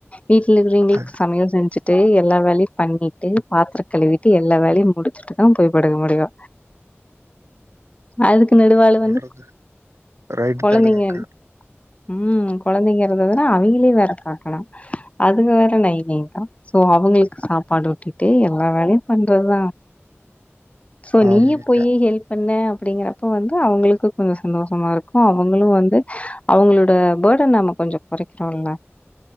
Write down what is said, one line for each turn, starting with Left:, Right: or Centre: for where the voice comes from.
Left: வீட்ல இருக்கிறவிங்களுக்கு
Right: அது
Left: சமையல் செஞ்சு டேய் எல்லா வேலை பண்ணிட்டு பாத்தர கழுவிட்டு எல்லா வேலையு முடு ச்சுட்டு தா போய் படுக்க முடியு அதுக்கு நடுவால வந்து
Right: வந்து ரைட்டு
Left: குழந்தைங்க
Right: தானங்கக்கா
Left: ம் கொழந்தைங்க இருந்ததுனா அவங்களயு வேற பாக்கனு அதுங்க வேற நை நைங்கு சோ அவங்களுக்கு சாப்பாடு ஊட்டிட்டு எல் லா வேலயு பண்றதுதா சோ
Right: ஆமாங்கக்கா.
Left: நீயொ போய் ஹெல்ப் பண்ணே அப்டிங்கிறப்போ வந்து அவங்களுக்கு கொஞ்சொ சந்தோஷமா இருக் அவங்களு வந்து அவங்களோட பர்டன் நம்ம கொஞ்சொ கொறைக்கிறோல்ல